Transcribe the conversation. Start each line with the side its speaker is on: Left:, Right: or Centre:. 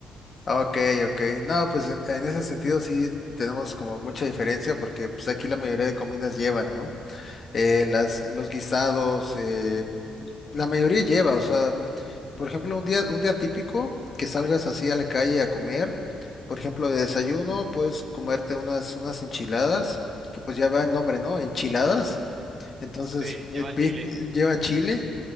Left: Ok, ok. No, pues en en ese sentido sí tenemos como mucha diferencia porque pues aquí la mayoría de comidas llevan, ¿no? eh, las, los guisados, eh, la mayoría lleva, o sea, por ejemplo, un día, un día típico que salgas así a la calle a comer, por ejemplo, de desayuno, puedes comerte unas, unas enchiladas, que pues ya va el nombre, ¿no? Enchiladas. Entonces,
Right: Sí, lleva
Left: eh, pi-
Right: chile.
Left: lleva chile.